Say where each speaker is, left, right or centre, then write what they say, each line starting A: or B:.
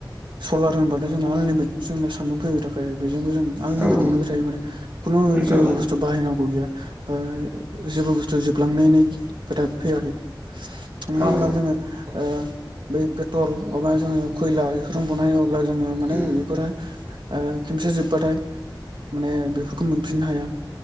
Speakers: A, on the right; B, on the right.
A: सलार होनबाथाय' जोंना आनलिमिटे जोंना सान्दुं फैबाय थाखायो जेंबो जों आनलिमिद
B: औ
A: नुनोबाय थायो माने खुनु जे
B: औ
A: बुस्थु बाहायनांगौ गैया बा जेबो बुस्थु जोबलांनायनि खोथा फैयाबेआव
B: औ
A: माला जोङो ओ बै पेट्रल अमा जोङो खैला बेफोरजों बनायोब्ला जोङो माने
B: उम
A: बेफोरहाय आर खेमसेया जोब्बाथाय माने बेफोरखौ मोनफिननो हाया।